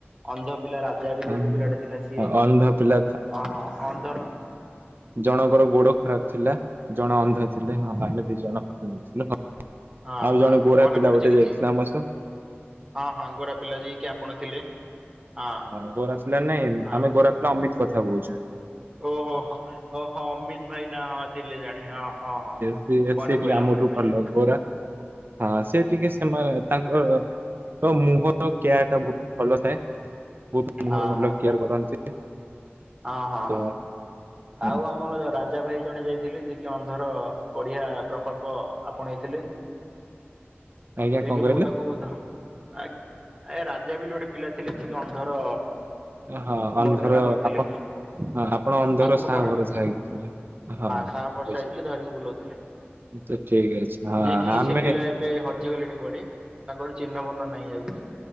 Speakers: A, on the right (about 20°); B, on the right (about 50°).
A: ଅନ୍ଧ ପିଲା ରାଜା ବୋଲି
B: ଆଁ,
A: ଗୋଟେ ପିଲାଟେ ଥିଲା ସିଏ
B: ଅନ୍ଧ ପିଲା
A: ଅହ ଅନ୍ଧର।
B: ଜଣକର ଗୋଡ ଖରାପ ଥିଲା ଜଣେ ଅନ୍ଧ। ଥିଲେ ହଁ ଆମେ ଦି ଜଣ ହୁଁ ଥିଲୁ ହଁ।
A: ହଁ
B: ଆଉ
A: ହଁ
B: ଜଣେ ଗୋରା
A: ମନେ
B: ପିଲା
A: ପଡୁଛି
B: ଗୋଟେ
A: କିଛି
B: ଯାଇଛି ଆମ ସହ।
A: ହଁ ହଁ ଗୋରା ପିଲା ଯିଏକିି ଆପଣ ଥିଲେ। ହଁ
B: ଆ ଗୋରା ପିଲା ନାଇଁ
A: ହଁ।
B: ଆମେ ଗୋରା ପିଲା ଅମିତ କଥା କହୁଚୁ।
A: ଓହୋ ହୋ ଓହୋ ଅମିତ ଭାଇ ନା ହଁ ଥିଲେ ଜାଣେ ହଁ ହଁ ହଁ।
B: ସିଏ ସିଏ
A: ମନେ
B: ଟିକେ
A: ପଇଲା
B: ଆମଠୁ
A: ମନେ ପଇଲା
B: ଭଲ ଗୋରା। ହଁ ସେ ଟିକେ ସେ‌ ମା ତାଙ୍କ ର ମୁହଁର କେୟର ଟା ବହୁତ ଭଲ ଥାଏ। ବୋହୁତ
A: ହଁ
B: ମୁହଁ ର ଭଲ
A: ହଁ
B: କେଆର
A: ହଁ।
B: କରନ୍ତି।
A: ହଁ ହଁ
B: ତ
A: ହଁ
B: ହୁଁ,
A: ଆଉ ଆମର ଯୋଉ ରା ଜବ୍ ହେଇ ଜଣେ ଯାଇଥିଲେ ଯେ କିି ଅନ୍ଧର ବଢିଆ ପ୍ରକଳ୍ପ ଆପଣେଇ ଥିଲେ।
B: ଆଜ୍ଞା
A: ଯେକିି
B: କଣ କହିଲେ?
A: ମୁଁ ତାଙ୍କୁ ଧର ଆଗ୍ ଆଜ୍ଞା ରାଜା ବେଲି ଗୋଟେ ପିଲା ଥିଲେ ଯିଏ କି ଅନ୍ଧର।
B: ଏ ହଁ ଅନ୍ଧର
A: ବର୍ଣ୍ଣନା କରିଥିଲେ
B: ଆପ ହଁ ଆପଣ ଅନ୍ଧର
A: ଆତ୍ମକାହାଣୀ
B: ସାହା ଭରସା ହେଇକି ଥିଲେ ହଁ।
A: ସାହା ବର୍ଷା ହେଇଥିଲେ ଧରିକି ବୁଲାଉଥିଲେ
B: ତ ଠିକ ଅଛି ହଁ
A: ଯିଏ କି
B: ଆମେ
A: ସେ ପିଲା ଏବେ ହଜି ଗଲେଣି କୁଆଡେ। ତାଙ୍କ ର ଚିହ୍ନବର୍ଣ ନାହିଁ ଆଉ କିଛି।